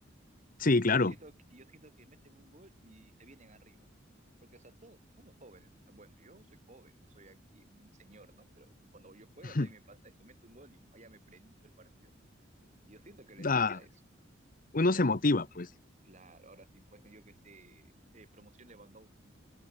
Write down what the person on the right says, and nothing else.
Y
yo siento, que- y yo siento que meten un gol y se vienen arriba. Porque, o sea, todos somos jóvenes. O sea, bueno, yo soy joven, no soy aquí un señor, ¿no? Pero cuando yo juego
también me pasa eso. Meto un gol y ya me prendí todo el partido. Y yo siento que les
pasa eso.
Ahora
sí,
pues,
claro, ahora sí, pues, yo que sé, eh, promoción Lewandowski,